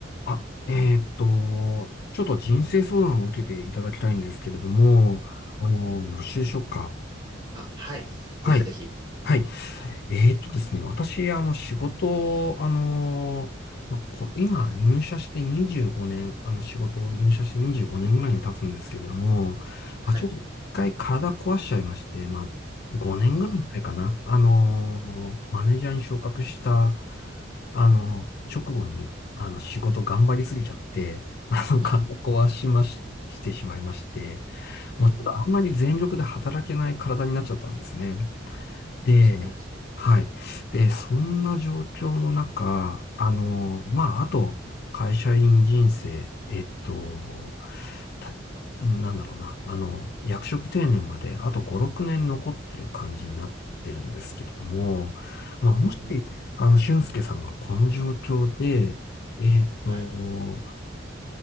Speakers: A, on the left; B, on the right.
A: あ、えーっと、ちょっと人生相談を受けていただきたいんですけれども、あの、よろしいでしょうか。
B: あ、はい。
A: はい。
B: ぜひぜひ。
A: はい。えーとですね、私、あの、仕事を、あのーまあ、こう、今、入社して25年、あの、仕事を入社して25年ぐらいに経つんですけれども、まあ、
B: はい。
A: ちょっと一回体壊しちゃいまして、まあ、5年ぐらい前かな、
B: あ
A: あのーマネージャーに昇格した、
B: ーうんうん
A: あの、直後に、あの、仕事頑張りすぎちゃって、
B: はい
A: あの、体壊しまし、
B: ああ
A: してしまいまして、
B: うんうん。
A: もうちょっとあんまり全力で働けない体になっちゃったんですね。
B: ああそうなんですね。
A: で、はい。で、そんな状況の中、あの、
B: はい
A: まあ、あと、会社員人生、えっと、
B: はい
A: たなんだろうな、あの、役職定年まであと5、6年残ってる感じになってるんですけれども、まあ、もし、
B: うんうん。
A: あの、俊介さんがこの状況で、えっと、
B: はい